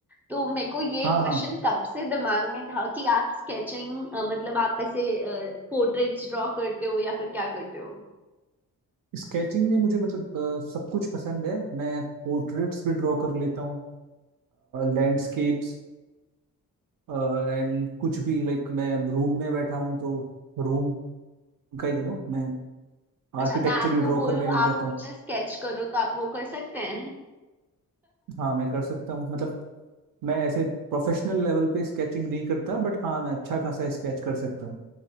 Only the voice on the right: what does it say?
हाँ
हाँ
स्केचिंग में मुझे मतलब अ, सब कुछ पसंद है मैं पोर्ट्रेट्स भी ड्रॉ कर लेता हूँ लैंडस्केप्स एंड कुछ भी लाइक मैं रूम में बैठा हूँ तो रूम का यू नो मैं
आर्किटेक्चर
ही ड्रॉ
करने लग
जाता
हूँ
हाँ मैं कर सकता हूँ मतलब मैं ऐसे प्रोफेशनल लेवल पे स्केचिंग नहीं करता बट हाँ मैं अच्छा खासा स्केच कर सकता हूँ